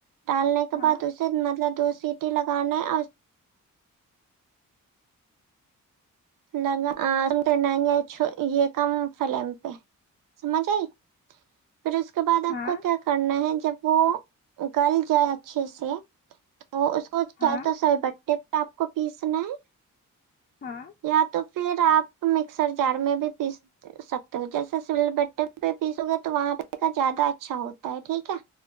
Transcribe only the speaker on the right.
ڈالنے کے
بعد اسے مطلب دو سیٹی لگانا ہے اور لگا کرنا گے چھو یہ کم فلیم پہ سمجھ آی پھر اس کے بعد آپ
کو کیا کرنا ہے جب وہ گل جائے اچھے سے تو اس کو چاہے
تو سر بٹے پہ آپ کو پیسنا ہے
یا تو پھر آپ مکسر جار میں بھی پس سکتے ہو جیسے سل بٹے پہ پیسو گے تو وہاں پہ زیادہ اچھا ہوتا ہے ٹھیک ہے